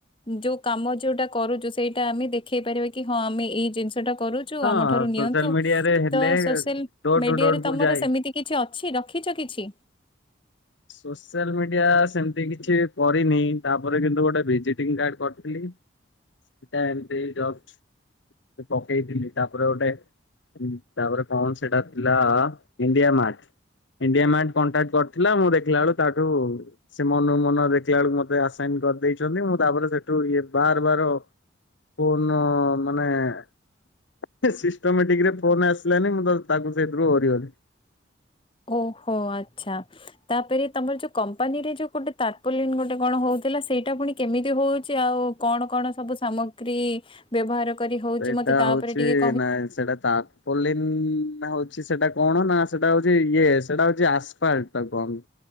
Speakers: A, on the left; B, on the left.
A: ଯୋଉ କାମ ଯୋଉଟା କରୁଚୁ ସେଇଟା ଆମେ ଦେଖେଇ ପାରିବା କି ହଁ ଆମେ ଏଇ ଜିନିଷ ସେଟା କରୁୁଚୁ
B: ହଁ
A: ଆମ ଠାରୁ ନିଅନ୍ତୁ,
B: ସୋସିଆଲ ମିଡିଆରେ ହେଲେ
A: ତ social
B: door
A: media
B: to door
A: ରେ ତମର
B: କୁ ଯାଏ
A: ସମିତି କି? କିଛି ଅଛି ରଖିଚ କିଛି?
B: ସୋସିଆଲ୍ ମିଡିଆ ସେମତି କିଛି କରିନି, ତାପରେ କିନ୍ତୁ ଗୋଟେ ଭିଜିଟିଂ କାର୍ଡ କରିଥିଲି।
A: <inaudible>
B: ସେଟା ଏମତି ଜଷ୍ଟ ପକେଇଥିଲି ତାପରେ ଗୋଟେ ତାପରେ କଣ ସେଟା ଥିଲା ଇଣ୍ଡିଆ ଇଣ୍ଡିଆ ମ୍ୟାଚ୍ କଣ୍ଟାକ୍ଟ କରିଥିଲା ମୁଁ ଦେଖିଲା ବେଳୁ ତା ଠୁ ସେ ମନୁକୁ ମନ ଦେଖିଲା ବେଳକୁ ମତେ ଆସାଇନ୍ କରି ଦେଇଚନ୍ତି ମୁଁ ତାପରେ ସେଠୁ ଇଏ ବାର ବାର <unintelligible> ସିଷ୍ଟମଟିକରେ ଫୋନ ଆସିଲାନି ମୁଁ ତ ତାକୁ ସେଥିରୁ ଓରିଗଲି।
A: ଓହୋ ଆଚ୍ଛା। ତାପରେ ତମର ଯୋଉ କମ୍ପାନୀରେ ଯୋଉ ଗୋଟେ ତାରପୋଲିନ୍ ଗୋଟେ କଣ ହୋଉଥିଲା ସେଇଟା ପୁଣି କେମିତି ହୋଉଚି ଆଉ କଣ କଣ ସବୁ ସାମଗ୍ରୀ ବ୍ୟବହାର କରି ହୋଉଚି
B: ସେଇଟା
A: ମତେ ତା
B: ହଉଛି
A: ଉପରେ ଟିକେ
B: ନାଇଁ ସେଇଟା ତା ପଲିନ୍ ନା ହୋଉଚି ସେଟା କଣ ନା ସେଟା ହୋଉଚି ଇଏ ସେଟା ହୋଉଚି ଆସ୍ପାଟ୍ କହନ୍ତି।